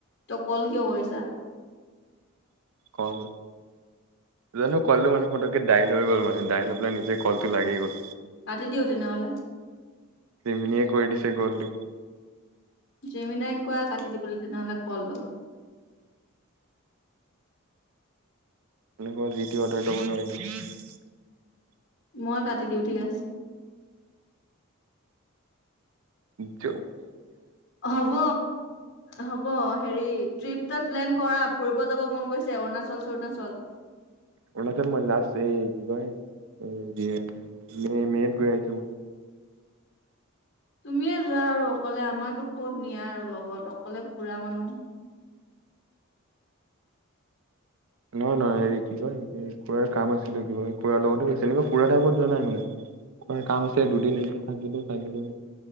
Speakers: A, on the left; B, on the right.
A: তো কল কিয় কৰিছা।
B: কল জানো কলটো মানে ফটককে দাইল হৈ গ'ল মানে দাইল হৈ পেলাই নিজে কলটো লাগি গ'ল।
A: পাতি দিওঁ তেনেহলে
B: তিমনিয়ে কৰি দিছে কল তো
A: জেমিনাই কোৱা কাটি দিবলৈ তেনেহলে কল দওঁ
B: এনেুৱিট অৰ্ডাৰ দাব ন হয় ন <unintelligible>
A: মই কাটি দিওঁ ঠিক আছে।
B: যো
A: হব হ'ব সেই হেৰি ট্ৰিপটা প্লেন কৰা ফুৰিব যাব মন গৈছে অৰুণাচল চৰুণাচল
B: উনছে মই ল আছ কিব <unintelligible> এ মে মে গৈ আহিছো।
A: তুমিয়ে যোৱা আৰু অকলে আমাকতো কত নিয়া আৰু লগত অকলে পুৰা মানুহ
B: নহয় নহয় হেৰি কি কয় এই খুুড়াৰ কাম আছিলে কিবা এই খুড়াৰাৰ লগতে গৈছিল এনেকা খুৰা টাইপত যোৱা নাই মানে। খোড়াৰ কাম আছে দুদিন এনেই থাকিলো চাগিলো।